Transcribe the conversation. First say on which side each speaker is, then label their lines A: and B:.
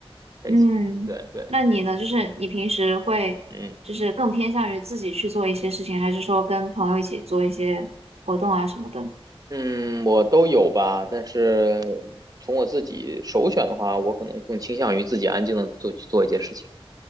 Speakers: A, on the right; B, on the right.
A: 才行。
B: 嗯，
A: 对对，
B: 那你呢？就是你平时会就是更偏向于自己去做一些事情，
A: 嗯。
B: 还是说跟朋友一起做一些活动啊什么的？
A: 嗯，我都有吧，但是从我自己首选的话，我可能更倾向于自己安静的做去做一件事情。